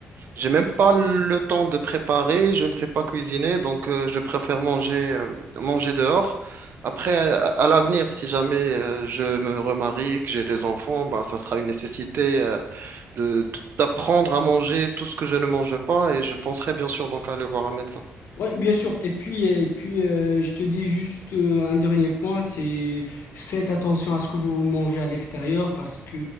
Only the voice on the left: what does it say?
Oui, bien sûr. Et puis, euh, et puis euh, je te dis juste euh, un dernier point, c'est faites attention à ce que vous mangez à l'extérieur parce que